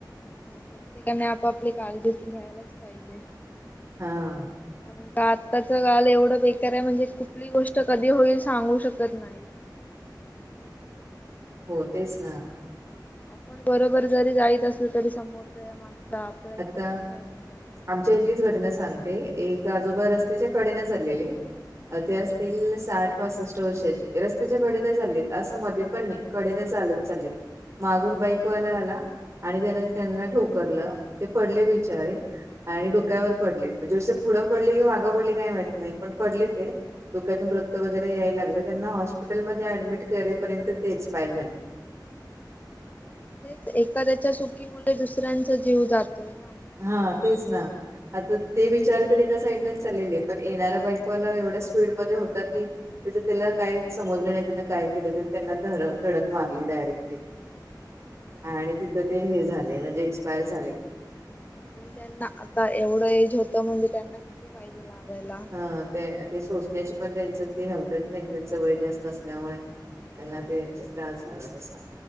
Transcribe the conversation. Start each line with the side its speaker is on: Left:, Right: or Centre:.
Left: प्रत्येकाने आपापली काळजी घ्यायलाच पाहिजे.
Right: हा.
Left: कारण का आत्ताच काल एवढं बेकार आहे म्हणजे कुठली गोष्ट कधी होईल सांगू शकत नाही.
Right: होतेच ना
Left: आपण बरोबर जरी जायचं असलं तरी समोर त्या या मागता आपल्या इथून
Right: आता
Left: कसा येऊन जाईल.
Right: आमच्या इथलीच घटना सांगते, एक आजोबा रस्त्याच्या कडेने चाललेले. ते असतील साठ पासष्ट वर्षाचे, रस्त्याच्या कडेने चाललेत असं मध्ये पण नाही. कडेने चालत चाललेत मागून बाईकवाला आला आणि त्याने त्यांना ठोकरलं ते पडले बिचारे. आणि डोक्यावर पडले, म्हणजे विष पुढं पडले कि माघं पडली काही माहत नाही, पण पडले ते. डोक्यातून रक्त वगैरे यायला लागल त्यांना हॉस्पिटलमध्ये ऍडमिट करेपर्यंत ते एक्सपायर झाले.
Left: तेच एखाद्याच्या सुकी मुळे दुसऱ्यांचा जीव जातोय ना.
Right: हा तेच ना. आता ते बिचारे तर एका साईडनेच चालेले, पण येणारां बाईकवाला एवढ्या स्पीड मध्ये होता की. तेच त्याला काय समजल नाही त्यानं काय केलं ते नं त्यांना ध-धडक मारली डायरेक्ट.
Left: <inaudible>
Right: आणि तिथं ते हे झाले म्हणजे एक्सपायर झाले.
Left: आणि त्यांना आता एवढं एज होतं म्हणजे त्यांना किती पाहिजे लागायला.
Right: हं ते ते सोसंण्याची पण त्यांच्यात ते नव्हत्यात. नाही
Left: त्यातच
Right: की त्यांच वय
Left: पाहिजे
Right: जास्त असल्यामुळे त्यांना
Left: तेच
Right: ते
Left: ना
Right: त्रास झाला अस.